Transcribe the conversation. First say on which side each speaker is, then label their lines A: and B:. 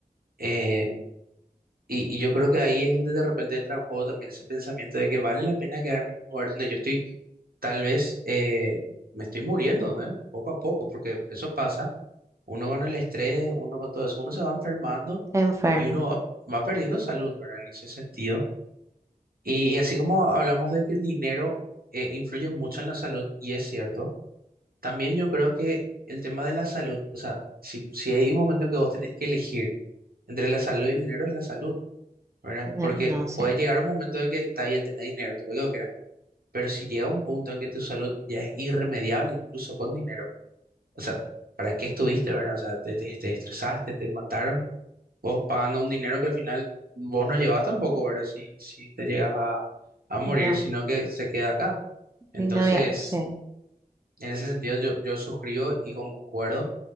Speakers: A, on the right; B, on the right.
A: Eh, y, y yo creo que ahí es donde de repente entra en juego también ese pensamiento de que vale la pena quedarme en un lugar donde yo estoy, tal vez eh, me estoy muriendo, ¿eh? Poco a poco, porque eso pasa. Uno con el estrés, uno con todo eso, uno se va enfermando
B: Enfermo,
A: y uno va, va perdiendo salud, ¿verdad? En ese sentido. Y así como hablamos de que el dinero eh, influye mucho en la salud, y es cierto, también yo creo que el tema de la salud, o sea, si, si hay un momento que vos tenés que elegir entre la salud y el dinero, es la salud, ¿verdad?
B: no,
A: Porque
B: no sé,
A: puede llegar un momento en que está bien tener dinero, todo lo que vos quieras, pero si llega un punto en que tu salud ya es irremediable, incluso con dinero, o sea, ¿para qué estuviste, verdad? O sea, te, te, te estresaste, te mataron vos pagando un dinero que al final vos no llevás tampoco, ¿verdad? Si, si te llegas a, a morir,
B: no,
A: sino que se queda acá. Entonces,
B: y no, ya, sí.
A: en ese sentido yo, yo suscribo y concuerdo.